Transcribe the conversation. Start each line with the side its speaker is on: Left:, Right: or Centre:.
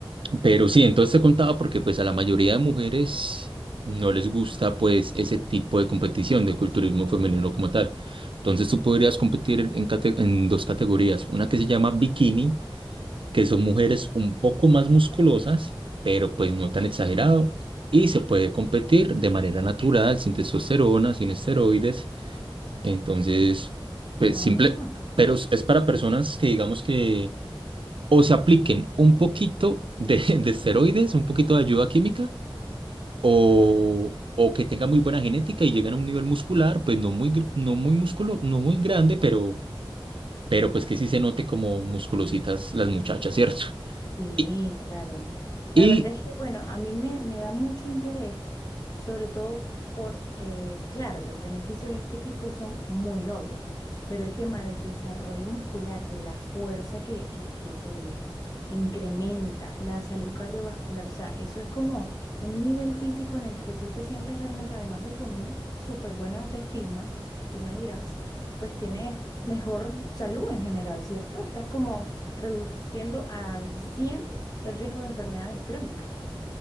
Right: Pero sí, entonces te contaba porque pues a la mayoría de mujeres no les gusta pues ese tipo de competición de culturismo femenino como tal. Entonces tú podrías competir en, cate- en dos categorías, una que se llama bikini, que son mujeres un poco más musculosas, pero pues no tan exagerado, y se puede competir de manera natural, sin testosterona, sin esteroides. Entonces, pues
Left: Ah,
Right: simple,
Left: mira.
Right: pero es es para personas que digamos que o se apliquen un poquito de, <laughs> de esteroides, un poquito de ayuda química, o, o que tengan muy buena genética y lleguen a un nivel muscular, pues no muy, gr- no muy músculo, no muy grande, pero, pero pues que sí se note como musculositas las muchachas, ¿cierto?
Left: Sí,
Right: Y,
Left: claro. La
Right: y
Left: verdad es que, bueno, a mí me, me da mucho interés, sobre todo por, eh, claro, los beneficios estéticos son muy obvios, pero el tema del desarrollo muscular, de la fuerza que, que, que se incrementa, la salud cardiovascular, o sea, eso es como un nivel físico en el que tú te sientes realmente, además de con súper buena autoestima, tú me dirás, pues tienes mejor salud en general, ¿cierto? Estás como reduciendo al 100 el riesgo de enfermedades crónicas.